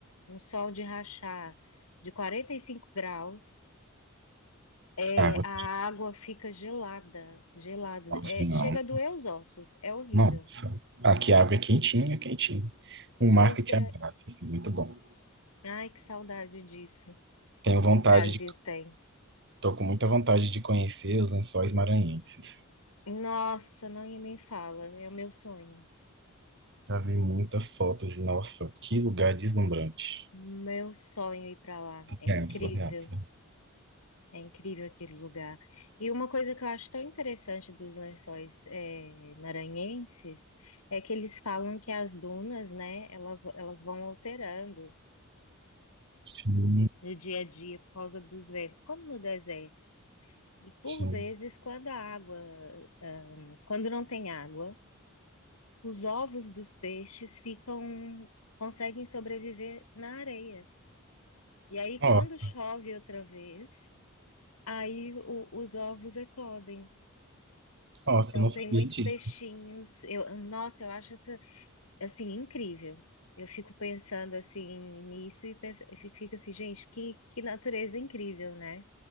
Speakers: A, on the left (about 90°); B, on the right (about 55°).
A: um sol de rachar de 45 graus, é,
B: Água.
A: a água fica gelada, gelada.
B: Nossa,
A: É,
B: não.
A: chega a doer os ossos, é horrível.
B: Nossa. Aqui a água é quentinha, quentinha. Um
A: Pois
B: mar que te
A: é.
B: abraça, assim, muito bom.
A: Ai, que saudade disso
B: Tenho vontade
A: que o Brasil
B: de
A: tem.
B: Tô com muita vontade de conhecer os Lençóis Maranhenses.
A: Nossa, não nem fala. É o meu sonho.
B: Já vi muitas fotos e, nossa, que lugar deslumbrante.
A: Meu sonho ir para lá. É
B: É,
A: incrível.
B: surreal, surreal.
A: É incrível aquele lugar. E uma coisa que eu acho tão interessante dos lençóis eh, maranhenses é que eles falam que as dunas, né, ela- elas vão alterando
B: Sim,
A: do dia a dia por causa dos ventos, como no deserto. E por
B: sim.
A: vezes, quando a água, ah, quando não tem água, os ovos dos peixes ficam, conseguem sobreviver na areia. E aí, quando
B: Nossa,
A: chove outra vez, aí o- os ovos eclodem.
B: nossa,
A: Então,
B: eu não
A: tem
B: sabia
A: muitos
B: disso.
A: peixinhos. Eu, nossa, eu acho essa, assim, incrível. Eu fico pensando, assim, nisso e, penso, e fico assim, gente, que, que natureza incrível, né?